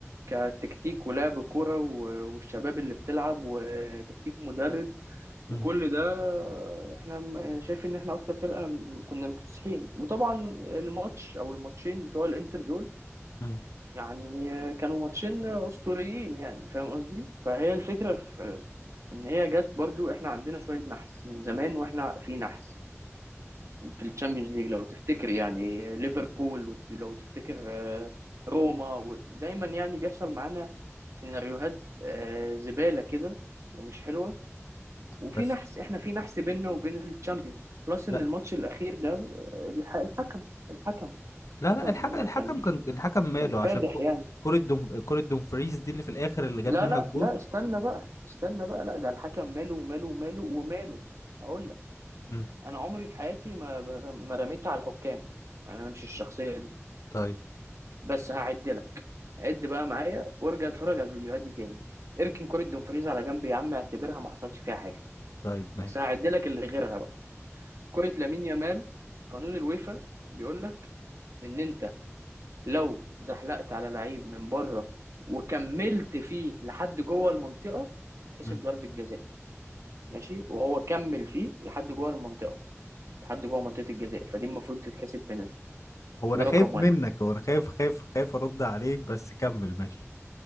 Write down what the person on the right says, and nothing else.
كتكتيك ولعب كوره و- والشباب اللي بتلعب وتكتيك مدرب
وكل ده آه، احنا انا شايف ان احنا اكتر فرقه م- كنا مكتسحين وطبعا الماتش او الماتشين بتوع الانتر دول
يعني آه، كانوا ماتشين اسطوريين يعني فاهم قصدي فهي الفكره في ان هي جت برضو احنا عندنا شويه نحس من زمان واحنا في نحس في الشامبيونز ليج لو تفتكر يعني ليفربول لو تفتكر آه، روما و- دايما يعني بيحصل معانا سيناريوهات آه، زباله كده ومش حلوه وفي
نحس احنا في نحس بيننا وبين الشامبيونز بلس
ان الماتش الاخير ده آه، الح- الحكم الحكم
الحكم
آه،
كان
كان
فادح
يعني
لا
لا
لا استنى بقى استنى بقى لا ده الحكم ماله وماله وماله وماله هقول لك
انا عمري في حياتي ما ما رميت على الحكام يعني انا مش الشخصيه دي
بس هعد لك عد بقى معايا وارجع اتفرج على الفيديوهات دي تاني اركن كرة دومفريز على جنب يا عم اعتبرها ما حصلش فيها حاجه
بس هعد لك اللي غيرها بقى كرة لامين يامال قانون الويفا بيقول لك ان انت لو زحلقت على لعيب من بره وكملت فيه لحد جوه المنطقه تتحسب
ضربه جزاء ماشي وهو كمل فيه لحد جوه المنطقه لحد جوه منطقه الجزاء فدي المفروض تتحسب بنالتي
ده
رقم واحد